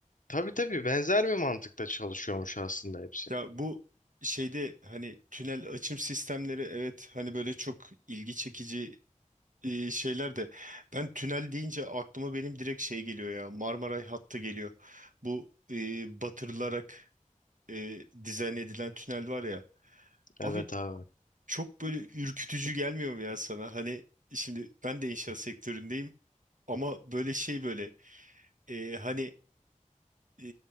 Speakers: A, on the left (about 75°); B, on the right (about 70°).
A: Tabii tabii benzer bir mantıkta çalışıyormuş aslında hepsi.
B: Ya bu şeyde hani tünel açım sistemleri evet hani böyle çok ilgi çekici e, şeyler de ben tünel deyince aklıma benim direkt şey geliyor ya Marmaray hattı geliyor. Bu e, batırılarak e, dizayn edilen tünel var ya. Abi
A: Evet abi.
B: çok böyle ürkütücü gelmiyor mu ya sana? Hani şimdi ben de inşaat sektöründeyim ama böyle şey böyle e, hani e,